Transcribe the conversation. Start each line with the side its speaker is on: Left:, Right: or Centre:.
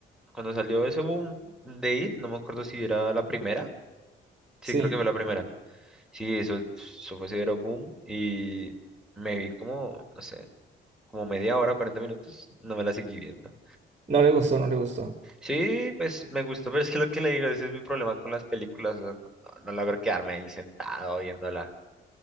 Centre: Cuando salió ese boom de IT, no me acuerdo si era la primera. Sí,
Right: Sí,
Centre: creo que fue la primera. Sí, eso, eso fue severo boom y me vi como, no sé, como media hora, 40 minutos, no me la seguí viendo.
Right: no le gustó, no le gustó.
Centre: Sí, pues me gustó, pero es que lo que le digo, ese es mi problema con las películas, o sea, no, no no logro quedarme ahí sentado viéndola.